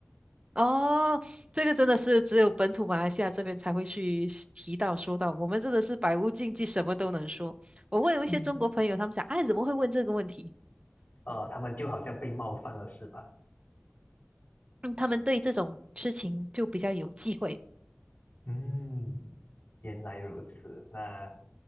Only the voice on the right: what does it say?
哦，这个真的是只有本土马来西亚这边才会去提到说到，我们真的是百无禁忌，什么都能说。我问有一些中国朋友，
他们讲，哎，怎么会问这个问题？
嗯他们对这种事情就比较有忌讳。